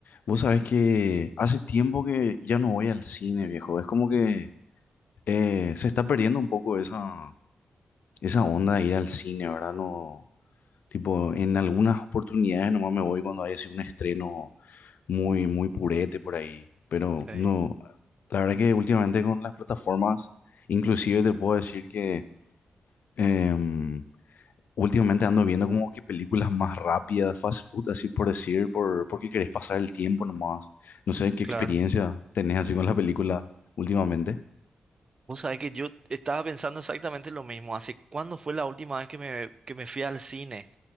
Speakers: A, on the left; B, on the right.
A: Vos sabés que hace tiempo que ya no voy al cine, viejo. Es como que eh, se está perdiendo un poco esa, esa onda de ir al cine, ¿verdad? No, tipo, en algunas oportunidades nomás me voy cuando hay así un estreno muy, muy purete por ahí. Pero
B: Sí,
A: no, la verdad que últimamente con las plataformas, inclusive te puedo decir que em, Últimamente ando viendo como que películas más rápidas, fast food, así por decir, por, porque querés pasar el tiempo nomás. No sé qué
B: claro.
A: experiencia tenés así con la película últimamente.
B: Vos sabés que yo estaba pensando exactamente lo mismo. ¿Hace cuándo fue la última vez que me, que me fui al cine?